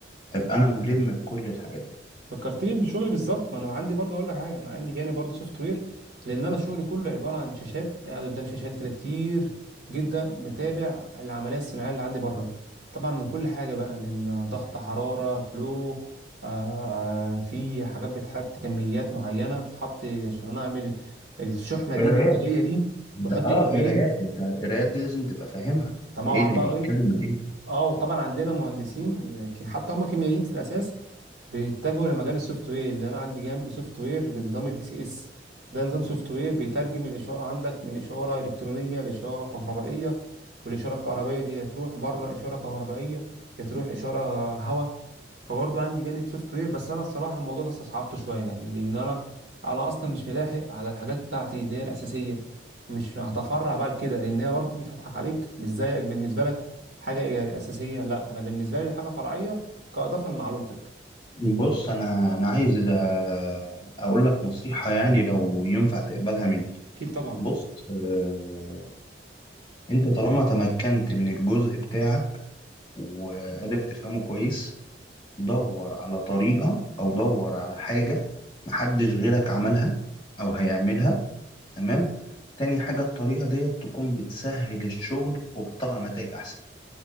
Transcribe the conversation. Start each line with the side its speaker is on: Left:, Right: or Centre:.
Left: أبقى أنا ملم بكل الحاجات
Right: فكرتني بشغلي بالظبط ما انا عندي برضه اقول لك حاجه انا عندي جانب برضه سوفت وير لان انا شغلي كله عباره عن شاشات قاعد قدام شاشات كده كتير جدا بتابع العمليه الصناعيه اللي عندي بره طبعا من كل حاجه بقى من آه، ضغط حراره فلو آه آه، في حاجات بتحط كميات معينه بتتحط عشان انا اعمل الشحنه
Left: دي
Right: دي الانتاجيه دي
Left: انت
Right: بحط
Left: اه
Right: كميه
Left: قرايات انت القرايات دي لازم تبقى فاهمها
Right: طبعا
Left: ايه اللي
Right: بقى
Left: بيتكلم
Right: ايه
Left: عن ايه
Right: اه وطبعا عندنا مهندسين آه، حتى هم كيميائيين في الاساس بيتجهوا لمجال السوفت وير اللي انا عندي جنب سوفت وير بنظام الدي سي اس ده نظام سوفت وير بيترجم الاشاره عندك من اشاره الكترونيه لاشاره كهربائيه والاشاره الكهربائيه دي يا تروح بره اشاره كهربائيه يا تروح اشاره هواء فبرضه عندي جانب سوفت وير بس انا الصراحه الموضوع ده استصعبته شويه يعني لان انا انا اصلا مش ملاحق على الحاجات بتاعتي اللي هي الاساسيه مش هتفرع بقى لكده لان هي برضه مش هضحك عليك مش زيك بالنسبه لك حاجه اساسيه لا انا بالنسبه لي الحاجه فرعيه كاضافه لمعلومتك
Left: بص انا انا عايز آه، اقول لك نصيحة يعني لو ينفع تقبلها مني
Right: اكيد طبعا
Left: بص آه، انت طالما تمكنت من الجزء بتاعك وقادر تفهمه كويس دور على طريقة او دور على حاجة محدش غيرك عملها او هيعملها تمام تاني حاجة الطريقة ديت تكون بتسهل الشغل وبتطلع نتائج احسن